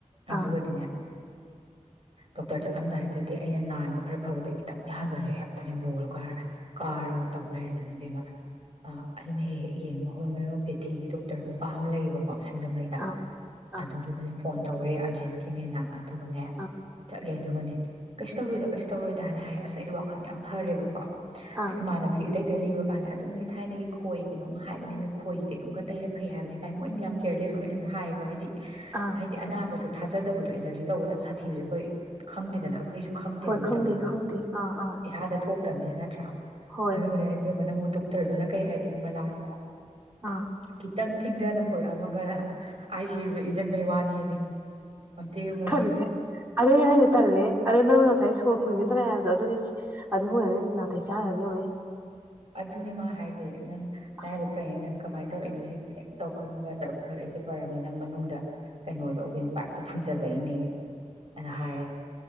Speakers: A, on the right (about 50°); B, on the right (about 15°).
A: ꯑꯗꯨꯒꯗꯤꯅꯦ
B: ꯑꯥ
A: ꯗꯣꯛꯇꯔ ꯆꯠꯂꯝꯗꯥꯏꯗꯨꯗꯗꯤ ꯑꯩꯅ ꯅꯥꯟꯕ ꯈꯔ ꯐꯕꯗ ꯈꯤꯇꯪꯗꯤ ꯍꯟꯊꯔꯦ ꯍꯦꯛꯇꯅꯦ ꯕꯣꯣꯟꯒꯔ ꯀꯥꯔꯒ ꯇꯧ ꯂꯩꯔꯗꯅꯅꯦ ꯕꯦꯝꯃ ꯑꯥ ꯑꯩꯅ ꯍꯦꯛ ꯍꯦꯛ ꯌꯦꯡꯕ ꯍꯣꯃꯤꯌꯣꯄꯦꯊꯤꯒꯤ ꯗꯣꯛꯇꯔ ꯅꯨꯄꯥ ꯑꯃ ꯂꯩꯌꯦꯕꯀꯣ ꯁꯤꯡꯖꯃꯩꯗ
B: ꯑꯥ ꯑꯥ
A: ꯑꯗꯨꯗꯨꯗꯅꯦ ꯐꯣꯟ ꯇꯧꯔꯦ ꯑꯥꯔꯖꯦꯟꯇꯀꯤꯅꯦꯅ ꯑꯗꯨꯒꯅꯦ
B: ꯑꯥ
A: ꯆꯠꯂꯦ ꯑꯗꯨꯒꯅꯦ ꯀꯩꯁꯨ ꯇꯧꯔꯣꯏꯗ ꯀꯩꯁꯨ ꯇꯧꯔꯣꯏꯗꯅ ꯍꯥꯏꯌꯦ ꯑꯁ ꯑꯩꯗꯤ ꯋꯥꯈꯜꯗ ꯌꯥꯝ ꯐꯔꯦꯕꯀꯣ ꯑꯗꯩ
B: ꯑꯥ
A: ꯏꯃꯥꯟꯅꯕꯤ ꯑꯇꯩꯇ ꯂꯤꯕ ꯀꯥꯟꯗ ꯑꯗꯨꯅꯤ ꯊꯥꯏꯅꯒꯤ ꯈꯣꯏ ꯀꯩꯅꯣꯝꯃ ꯍꯥꯏꯕꯅꯤ ꯑꯗꯣ ꯈꯣꯏꯒꯤ ꯀꯩꯅꯣꯝꯒ ꯇꯩꯔ ꯐꯩ ꯍꯥꯏꯕꯅꯤ ꯀꯥꯏ ꯃꯣꯏꯅꯗꯤ ꯌꯥꯝ ꯀꯦꯌꯔꯂꯦꯁ ꯑꯣꯏꯅꯒ ꯍꯥꯏꯌꯦꯕꯣ ꯍꯥꯏꯗꯤ
B: ꯑꯥ
A: ꯍꯥꯏꯗꯤ ꯑꯅꯥ ꯑꯗꯣ ꯊꯥꯖꯗꯕꯗꯣ ꯑꯦꯂꯔꯖꯤ ꯇꯧꯕꯗ ꯌꯥꯝ ꯁꯥꯊꯤꯕꯁꯨ ꯑꯩꯈꯣꯏ ꯈꯪꯗꯦꯗꯅ ꯑꯩꯈꯣꯏ ꯑꯩꯖꯨ ꯈꯪꯗꯦꯕ
B: ꯍꯣꯏ
A: ꯃꯇꯝꯗꯨꯗ
B: ꯈꯪꯗꯦ ꯈꯪꯗꯦ ꯑꯥ ꯑꯥ
A: ꯏꯁꯥꯗ ꯊꯣꯛ ꯇꯝꯅꯤꯅ ꯅꯠꯇꯔ?
B: ꯍꯣꯏ
A: ꯑꯗꯨꯒꯅꯦ ꯅꯪꯕꯨ ꯗꯣꯛꯇꯔꯗꯨꯅ ꯀꯩ ꯍꯥꯏꯔꯛꯏ ꯈꯪꯕꯔ ꯂꯥꯁꯇ
B: ꯑꯥ
A: ꯈꯤꯇꯪ ꯍꯤꯡꯊꯅ ꯄꯨꯔꯛꯑꯝꯃꯒ ꯑꯩꯥꯏ ꯁꯤ ꯌꯨ ꯏꯟꯖꯟꯕꯩ ꯋꯥꯅꯦꯅꯦ꯫ ꯑꯃꯇꯪꯅ ꯌꯦꯡꯉꯨꯅꯦ?
B: ꯇꯜꯂꯦ ꯑꯗꯨꯅꯦ ꯍꯥꯏꯁꯦ ꯇꯜꯂꯦ ꯑꯗꯣ ꯅꯪꯅ ꯉꯁꯥꯏ ꯁꯣꯔ ꯐꯨꯟꯒꯦ ꯇꯧꯔꯦ ꯍꯥꯏꯕꯗꯣ ꯑꯗꯨꯅꯦ ꯑꯗꯨꯕꯨꯔꯅꯦ ꯅꯥꯇꯩ ꯆꯥꯗ꯭ꯔꯗꯤ ꯌꯡꯉꯨꯅꯦ꯫
A: ꯑꯗꯨꯅꯦ ꯃꯥ ꯍꯥꯏꯁꯦ ꯅꯪ ꯅꯔꯥꯏꯕꯛ
B: ꯑꯁ
A: ꯐꯩꯌꯦꯅ ꯅꯪ ꯀꯃꯥꯏꯅ ꯇꯧꯔꯛꯏꯅꯣ ꯁꯤ ꯍꯦꯛ ꯇꯧ ꯈꯪꯕꯒ ꯖꯔ ꯄꯨꯈꯠꯂꯛꯏꯁꯦ ꯐꯔꯕꯅꯦ ꯅꯪ ꯃꯅꯨꯡꯗ ꯀꯩꯅꯣꯗꯣ ꯋꯤꯟ ꯄꯥꯏꯞꯇꯣ ꯐꯨꯟꯖꯜꯂꯛꯏꯅꯦꯌꯦ꯫ ꯅꯍꯥꯏꯌꯦ꯫
B: ꯑꯁ